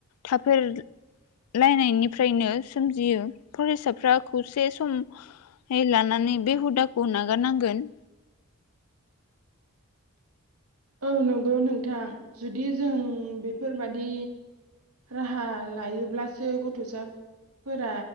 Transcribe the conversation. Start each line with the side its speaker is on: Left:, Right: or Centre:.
Left: थाफेरलायनायनिफ्राय नो सोमजियो फरायसाफ्रा खौसे समै लानानै बे हुदाखौ नागारनांगोन।
Right: औ नंगौ नोंथां जुदि जों बेफोरबादि राहा लायोब्लासो गथ'साफोरा